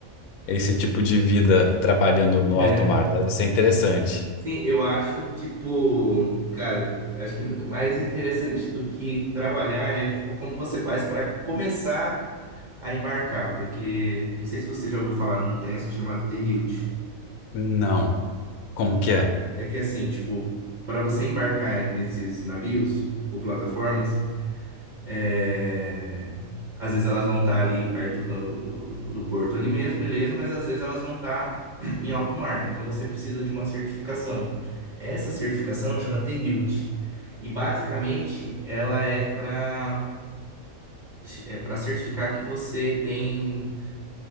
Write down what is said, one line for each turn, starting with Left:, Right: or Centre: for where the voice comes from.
Left: é esse tipo de vida trabalhando no
Right: <laughs>
Left: alto mar deve ser interessante.
Right: Sim, eu acho, tipo, cara, acho que mais interessante do que trabalhar é, tipo, como você faz para começar a embarcar, porque não sei se você já ouviu falar num teste chamado T-HILT.
Left: Não, como que é?
Right: É que assim, tipo, para você embarcar nesses navios ou plataformas, É, Às vezes elas vão estar ali perto do, do, do- porto ali mesmo, beleza, mas às vezes elas vão estar <clears throat> em alto mar. Então você precisa de uma certificação. Essa certificação chama T-Hilt E basicamente ela é para é para certificar que você tem